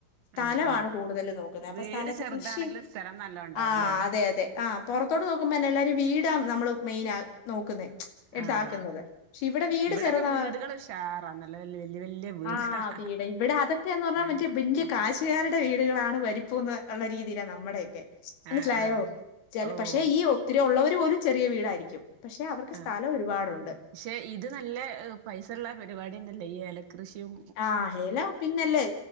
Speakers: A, on the left; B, on the right.
A: സ്ഥലമാണ്
B: ആഹ് ആഹ്
A: കൂടുതല് നോക്കുന്നേ അപ്പൊ
B: വീട്
A: സ്ഥലത്ത്
B: ചെറുതാണെങ്കിലും
A: കൃഷി
B: സ്ഥലം നല്ലോം ഉണ്ടാവൂല്ലേ
A: ആഹ് അതെ അതെ അതെ ആഹ് പൊറത്തോട്ട് നോക്കുമ്പോന്നെ എല്ലരും വീടാ നമ്മള് മെയ്നാ നോക്കുന്നേ ഇതാക്കുന്നത്
B: ആഹ്
A: പക്ഷെ ഇവിടെ വീട്
B: ഇവിടൊക്കെ
A: ചെറുതാ
B: വീടുകൾ ഉഷാറാ നല്ല വല്യ വല്യ വല്യ വീടുകളാ
A: ആഹ് വീട് ഇവിടെ അ തൊക്കേന്ന് പറഞ്ഞാ
B: ആഹ്
A: മറ്റേ വെല്ല്യാ കാശ്കാരുടെ വീട്കളാണ് വരു പ്പോന്ന് ഒള്ള രീതിയിലാ നമ്മടെയൊക്കെ മനസ്സിലായോ
B: ആഹ് ആഹ്
A: ചെല
B: ഓഹ്
A: പക്ഷെ ഈ ഒത്തിരി ഒള്ളവര് പോലും ചെറിയ വീടായിരിക്കും പക്ഷെ അവർക്ക് സ്ഥലം
B: ആഹ്
A: ഒരുപാടൊണ്ട്
B: പക്ഷെ ഇത് നല്ലെ പൈസയുള്ള പരിപാടി തന്നെല്ലേ ഈ ഏല കൃഷിയും
A: ആഹ് ഏലം പിന്നല്ലേ